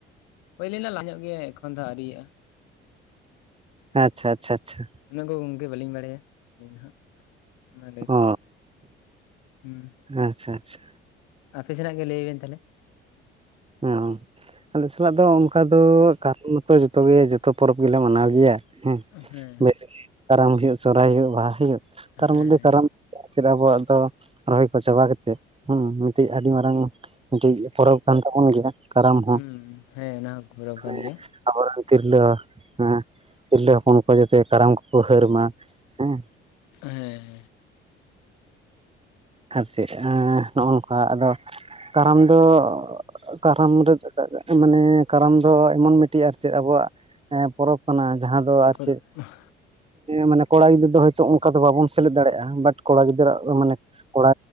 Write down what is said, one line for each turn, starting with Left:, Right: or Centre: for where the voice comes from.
Left: ᱦᱩᱭ ᱞᱮᱱᱟ ᱧᱚᱜ ᱜᱮ ᱮᱠᱷᱚᱱ ᱫᱚ ᱟᱹᱭᱨᱤᱭᱟᱜ-ᱟ᱾
Right: ᱟᱪᱪᱷᱟ ᱟᱪᱪᱷᱟ ᱟᱪᱪᱷᱟ᱾
Left: ᱚᱱᱟ ᱠᱚ ᱜᱚᱝᱠᱮ ᱵᱟᱹᱞᱤᱧ ᱵᱟᱲᱟᱭᱟ ᱟᱹᱞᱤᱧ ᱫᱚ ᱦᱟᱸᱜ᱾ ᱚᱱᱟ ᱞᱟᱹᱭ ᱛᱮᱫᱚ
Right: ᱚ
Left: ᱦᱩᱸ᱾
Right: ᱟᱪᱪᱷᱟ ᱟᱪᱪᱷᱟ
Left: ᱟᱯᱮ ᱥᱮᱱᱟᱜ ᱜᱮ ᱞᱟᱹᱭ ᱵᱮᱱ ᱛᱟᱞᱦᱮ?
Right: ᱦᱩᱸ, ᱟᱞᱮ ᱥᱟᱞᱟᱜ ᱫᱚ ᱚᱱᱠᱟ ᱫᱚ ᱠᱟᱨᱚᱱ ᱢᱚᱛᱚ ᱡᱚᱛᱚᱜᱮ ᱡᱚᱛᱚ ᱯᱚᱨᱚᱵᱽ ᱜᱮᱞᱮ ᱢᱟᱱᱟᱣ ᱜᱮᱭᱟ᱾ ᱦᱮᱸ
Left: ᱦᱮᱸ
Right: ᱵᱮᱥ ᱜᱮ, ᱠᱟᱨᱟᱢ ᱦᱩᱭᱩᱜ, ᱥᱚᱨᱦᱟᱭ ᱦᱩᱭᱩᱜ, ᱵᱟᱦᱟ ᱦᱩᱭᱩᱜ ᱛᱟᱨ
Left: ᱦᱮᱸ
Right: ᱢᱚᱫᱽᱫᱷᱮ ᱠᱟᱨᱟᱢ ᱪᱮᱫ ᱟᱵᱚᱣᱟᱜ ᱫᱚ ᱨᱚᱦᱚᱭ ᱠᱚ ᱪᱟᱵᱟᱛᱮᱫ ᱦᱩᱸ ᱢᱤᱫᱴᱤᱡ ᱟᱹᱰᱤ ᱢᱟᱨᱟᱝ ᱢᱤᱫᱴᱤᱡ ᱯᱚᱨᱚᱵᱽ ᱠᱟᱱ ᱛᱟᱵᱚᱱ ᱜᱮᱭᱟ᱾ ᱠᱟᱨᱟᱢ ᱦᱚᱸ
Left: ᱦᱩᱸ ᱦᱮᱸ ᱚᱱᱟ ᱦᱚᱸ <unintelligible> ᱠᱟᱱ
Right: ᱢᱟᱱᱮ
Left: ᱜᱮᱭᱟ᱾
Right: ᱟᱵᱚᱨᱮᱱ ᱛᱤᱨᱞᱟᱹ ᱦᱮᱸ ᱛᱤᱨᱞᱟᱹ ᱦᱚᱯᱚᱱ ᱠᱚ ᱡᱟᱛᱮ ᱠᱟᱨᱟᱢ ᱠᱚᱠᱚ ᱦᱟᱹᱨ ᱢᱟ ᱦᱮᱸ᱾
Left: ᱦᱮᱸ᱾
Right: ᱟᱨ ᱪᱮᱫ ᱮᱸ ᱱᱚᱜ-ᱚ ᱱᱚᱝᱠᱟ ᱟᱫᱚ ᱠᱟᱨᱟᱢ ᱫᱚ ᱠᱟᱨᱟᱢ ᱨᱮ ᱢᱟᱱᱮ ᱠᱟᱨᱟᱢ ᱫᱚ ᱮᱢᱚᱱ ᱢᱤᱫ ᱟᱨ ᱪᱮᱫ ᱟᱵᱚᱣᱟᱜ ᱯᱚᱨᱚᱵᱽ ᱠᱟᱱᱟ ᱡᱟᱦᱟᱸ ᱫᱚ ᱟᱨ
Left: ᱯᱚᱨᱚᱵᱽ
Right: ᱪᱮᱫ ᱢᱟᱱᱮ ᱠᱚᱲᱟ ᱜᱤᱫᱽᱨᱟᱹ ᱫᱚ ᱦᱚᱭᱛᱚ ᱚᱱᱠᱟ ᱫᱚ ᱵᱟᱵᱚᱱ ᱥᱮᱞᱮᱫ ᱫᱟᱲᱮᱭᱟᱜᱼᱟ, ᱵᱟᱴ ᱠᱚᱲᱟ ᱜᱤᱫᱽᱨᱟᱹ ᱢᱟᱱᱮ ᱠᱚᱲᱟ